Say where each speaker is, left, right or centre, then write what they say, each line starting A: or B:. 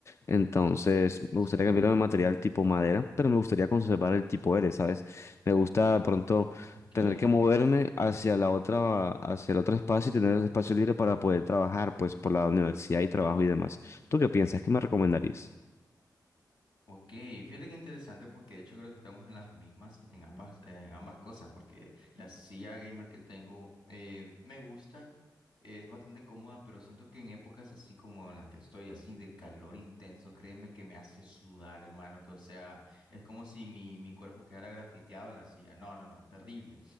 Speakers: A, on the left; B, on the left.
A: Entonces me
B: sí,
A: gustaría cambiarlo de material tipo madera, pero me gustaría conservar el tipo L, ¿sabes? Me gusta de pronto
B: ok.
A: tener que moverme hacia la otra, hacia el otro espacio y tener el espacio libre para poder trabajar pues por la universidad y trabajo y demás. ¿Tú qué piensas? ¿Qué me recomendarías?
B: Ok, fíjate que interesante porque de hecho creo que estamos en las mismas, en ambas, en ambas cosas, porque la silla gamer que tengo eh, me gusta, es bastante cómoda, pero siento que en épocas así como en las que estoy, así de calor intenso, créeme que me hace sudar, hermano, que o sea, es como si mi, mi cuerpo quedara grafiteado en la silla. No, no, no, terrible.